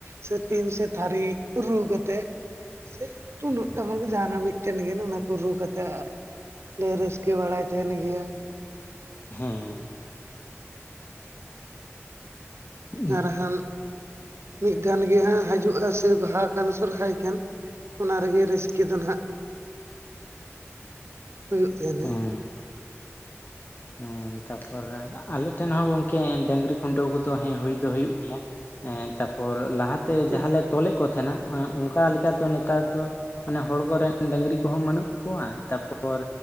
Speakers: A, on the right; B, on the left.
A: ᱥᱮ ᱴᱤᱱ ᱥᱮ ᱛᱷᱟᱹᱨᱤ ᱨᱩ ᱠᱟᱛᱮᱜ ᱥᱮ ᱛᱩᱢᱫᱟᱹᱜ ᱴᱟᱢᱟᱠ ᱡᱟᱦᱟᱱᱟᱜ ᱢᱤᱫ ᱢᱤᱫᱴᱮᱱ ᱜᱮ ᱚᱱᱟ ᱠᱚ ᱨᱩ ᱠᱟᱛᱮ ᱞᱮ ᱨᱟᱹᱥᱠᱟᱹ ᱵᱟᱲᱟᱭ ᱛᱟᱦᱮᱱ ᱜᱮᱭᱟ᱾
B: ᱦᱮᱸ᱾ ᱦᱮᱸ
A: ᱟᱨ ᱦᱟᱱ ᱢᱤᱫ ᱫᱷᱟᱱ ᱜᱮ ᱦᱟᱸᱜ ᱦᱤᱡᱩᱜᱼᱟ ᱥᱮ ᱵᱟᱦᱟ ᱠᱟᱱ ᱥᱚᱨᱦᱟᱭ ᱠᱟᱱ᱾ ᱚᱱᱟ ᱨᱮᱜᱮ ᱨᱟᱹᱥᱠᱟᱹ ᱫᱚ ᱱᱟᱦᱥᱜ ᱦᱩᱭᱩᱜ ᱛᱟᱦᱮᱸᱱᱟ᱾
B: ᱦᱮᱸ ᱦᱮᱸ ᱛᱟᱯᱚᱨ ᱟᱞᱮ ᱴᱷᱮᱱ ᱦᱚᱸ ᱜᱚᱝᱠᱮ ᱰᱟᱹᱝᱨᱤ ᱠᱷᱩᱱᱴᱟᱹᱣ ᱠᱚᱫᱚ ᱦᱮᱸ ᱦᱩᱭ ᱫᱚ ᱦᱩᱭᱩᱜ ᱜᱮᱭᱟ᱾ ᱮᱸ ᱛᱟᱨᱯᱚᱨ ᱞᱟᱦᱟᱛᱮ
A: ᱦᱳᱭ
B: ᱡᱟᱦᱟᱸᱞᱮ ᱛᱚᱞᱮᱫ ᱠᱚ ᱛᱟᱦᱮᱸᱱᱟ ᱮᱸᱜ ᱚᱱᱠᱟ ᱞᱮᱠᱟ ᱫᱚ ᱱᱮᱛᱟᱨ ᱫᱚ ᱢᱟᱱᱮ ᱦᱚᱲ ᱠᱚᱨᱮᱱ ᱰᱝᱨᱤ ᱠᱚᱦᱚᱸ ᱵᱟᱹᱱᱩᱜ ᱠᱚᱣᱟ ᱛᱟᱯᱚᱨ